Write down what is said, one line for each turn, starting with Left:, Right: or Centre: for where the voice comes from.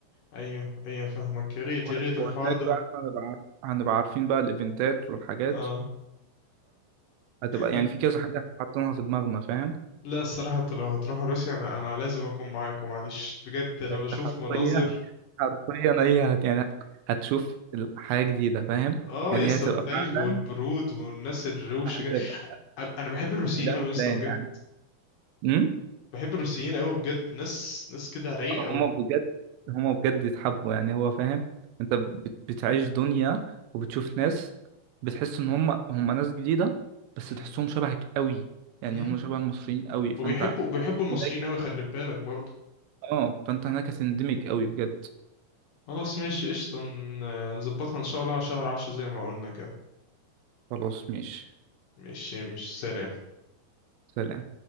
Left: ايوه ايوه فاهمك يا ريت
Right: وه-
Left: يا ريت الحوار
Right: وهناك
Left: ده
Right: بقى احنا هنبقى عارف- هنبقى عارفين بقى الايفنتات والحاجات
Left: اه
Right: هتبقى
Left: ل-
Right: يعني في كذا حاجة حاطينها في دماغنا فاهم
Left: لا الصراحة انتوا لو هتروحوا روسيا انا انا لازم اكون معاكم معلش بجد انا
Right: انت
Left: بشوف
Right: حرفيا
Left: مناظر
Right: حرفيا اي هت يعني هتشوف ال- حاجة جديدة فاهم
Left: اه
Right: يعني
Left: يسطا
Right: هي هتبقى
Left: التلج
Right: فعلا
Left: والبرود والناس الروشة
Right: هتبقى
Left: أ- انا بحب الروسيين
Right: بلان
Left: قوي يا اسطى
Right: بلان
Left: بجد
Right: يعني امم
Left: بحب الروسيين قوي بجد ناس ناس كده رايقه
Right: هما
Left: قوي
Right: بجد هما بجد يتحبوا يعني هو فاهم انت بت- بتعيش دنيا وبتشوف ناس بتحس ان هما هما ناس جديدة بس
Left: امم
Right: تحسهم شبهك قوي يعني
Left: امم
Right: هما شبه المصريين قوي فانت
Left: وبيحبوا وبيحبوا المصريين
Right: هناك
Left: قوي خلي بالك برضه
Right: اه فانت هناك هتندمج قوي بجد
Left: خلاص ماشي قشطه ن- نظبطها ان شاء الله على شهر عشرة زي ما قلنا كده
Right: خلاص ماشي
Left: ماشي مش سلام
Right: سلام